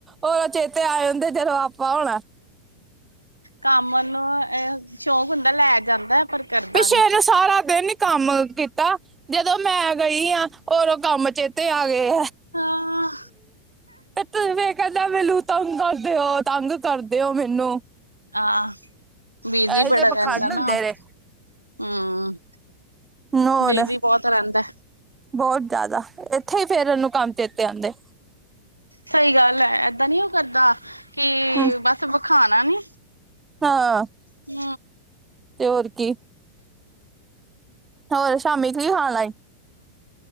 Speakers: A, on the right; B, on the right.
A: ਓਹ ਚੇਤੇ ਆਏ ਹੁੰਦੇ ਜਦੋਂ ਆਪਾਂ। ਹੋਣਾ
B: ਕੰਮ ਨੂੰ ਐ ਸ਼ੌਕ ਹੁੰਦਾ ਲੈ ਜਾਂਦਾ। ਪਰ ਕਰਦਾ
A: ਪਿੱਛੇ
B: ਨੀ
A: ਏਨੇ ਸਾਰਾ ਦਿਨ ਕੰਮ ਕੀਤਾ ਜਦੋਂ ਮੈਂ ਗਈ ਆ ਓਦੋਂ ਕੰਮ ਚੇਤੇ ਤੇ ਆ ਗੇ।
B: ਹਾਂ
A: ਤੇ ਤੇਵੇ ਕਹਿੰਦਾ ਮੈਨੂੰ ਤੰਗ ਕਰ ਦਿਓ, ਤੰਗ ਕਰ ਦਿਓ ਮੈਨੂੰ।
B: ਆ, ਬਿਜੀ
A: ਇਹੋ
B: ਬੜਾ
A: ਜਿਹੇ
B: ਰਹਿੰਦਾ
A: ਪਖੰਡ
B: ਨਾ
A: ਹੁੰਦੇ
B: ਓ
A: ਨੇ
B: ਹੂੰ।
A: ਨੋਡ
B: ਬਿਜੀ ਬਹੁਤ ਰਹਿੰਦਾ
A: ਬਹੁਤ ਜਿਆਦਾ, ਏਥੇ ਈ ਫੇਰ ਓਨੂੰ ਕੰਮ ਚੇਤੇ ਆਉਂਦੇ।
B: ਸਹੀ ਗੱਲ ਐ ਏਦਾਂ ਨੀ ਓ ਕਰਦਾ, ਕੀ
A: ਹਮ
B: ਬਸ ਵਿਖਾਉਣਾ ਨੀ।
A: ਹਾਂ।
B: ਹੂੰ।
A: ਤੇ ਹੋਰ ਕੀ। ਹੋਰ ਸ਼ਾਮੀ <inaudible>